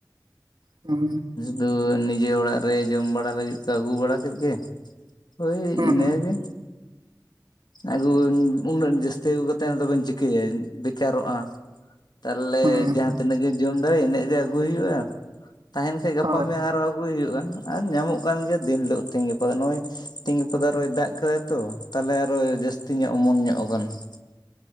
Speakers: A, on the right; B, on the left.
A: ᱦᱩᱸ
B: ᱫᱚ <inaudible> ᱳᱭ ᱱᱤᱡᱮ ᱚᱲᱟᱜ ᱨᱮ ᱡᱚᱢ ᱵᱟᱲᱟ ᱞᱟᱹᱜᱤᱫ ᱠᱚ ᱟᱹᱜᱩ ᱵᱟᱲᱟ ᱠᱮᱫ ᱜᱮ ᱦᱳᱭ
A: ᱦᱩᱸ
B: ᱤᱱᱟᱹ
A: ᱦᱩᱸ
B: ᱜᱮ ᱟᱜᱩ ᱩᱱᱟᱹᱜ ᱡᱟᱹᱥᱛᱤ ᱟᱹᱜᱩ ᱠᱟᱛᱮᱫ ᱦᱚᱸ ᱛᱚ ᱵᱮᱱ ᱪᱤᱠᱟᱹᱭᱟ ᱵᱮᱠᱟᱨᱚᱜᱼᱟ ᱛᱟᱦᱚᱞᱮ
A: ᱦᱩᱸ
B: ᱡᱟᱦᱟᱸ ᱛᱤᱱᱟᱹᱜ ᱜᱮ ᱡᱚᱢ ᱫᱟᱲᱤᱜ ᱤᱱᱟᱹᱜ ᱜᱮ ᱟᱹᱜᱩᱭ ᱦᱩᱭᱩᱜᱼᱟ, ᱛᱟᱦᱮᱱ ᱠᱷᱟᱡ ᱜᱟᱯᱟ
A: ᱦᱳᱭ
B: ᱢᱮᱭᱟᱝ ᱟᱨᱚᱼᱼ ᱟᱹᱜᱩᱭ ᱦᱩᱭᱩᱜᱼᱟ ᱟᱨ ᱧᱟᱢᱚᱜ ᱠᱟᱱ ᱜᱮᱭᱟ ᱫᱤᱱ ᱦᱤᱞᱳᱜ ᱛᱤᱧ ᱜᱟᱯᱟ ᱫᱚ ᱱᱚᱜᱼᱚᱭ ᱛᱤᱧ ᱜᱟᱯᱟ ᱫᱚ ᱟᱨᱚᱭ ᱫᱟᱜ ᱠᱟᱫᱟᱭᱼᱼ ᱛᱚ ᱛᱟᱦᱚᱞᱮ ᱟᱨᱚ ᱡᱟᱹᱥᱛᱤ ᱧᱚᱜ ᱚᱢᱚᱱ ᱧᱚᱜ ᱟᱠᱟᱱᱟ ᱾